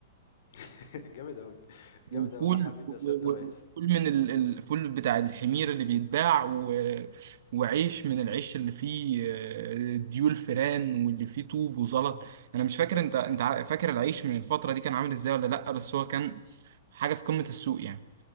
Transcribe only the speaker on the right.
وفول
و-
و- وفول من ال- الفول بتاع الحمير اللي بيتباع و... وعيش من العيش اللي فيه آه، ديول فران واللي فيه طوب وزلط انا مش فاكر انت انت عا- فاكر العيش من الفترة دي كان عامل ازاي ولا لا بس هو كان حاجة في قمة السوق يعني